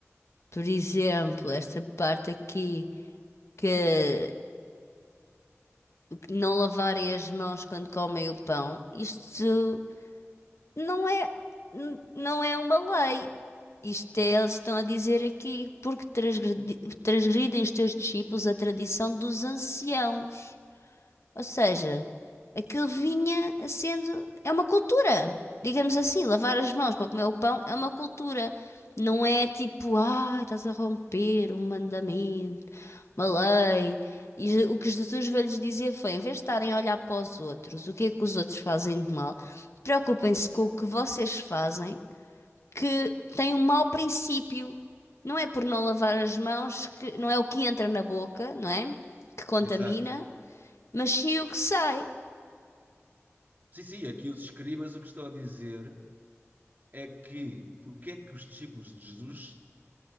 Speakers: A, on the left; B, on the right.
A: Por exemplo, esta parte aqui que não lavarem as mãos quando comem o pão, isto Não é, n- não é uma lei. Isto é, eles estão a dizer aqui, porque transgredi- transgridem os teus discípulos a tradição dos anciãos. Ou seja, aquilo vinha a sendo, é uma cultura. Digamos assim, lavar as mãos para comer o pão é uma cultura. Não é tipo, ah, estás a romper um mandamento. Malei. E Je- o que Jesus veio lhes dizer foi: em vez de estarem a olhar para os outros, o que é que os outros fazem de mal, preocupem-se com o que vocês fazem, que tem um mau princípio. Não é por não lavar as mãos, que não é o que entra na boca, não é? Que contamina,
B: Exato.
A: mas sim o que sai.
B: Sim, sim, aqui os escribas o que estão a dizer é que porque é que os discípulos de Jesus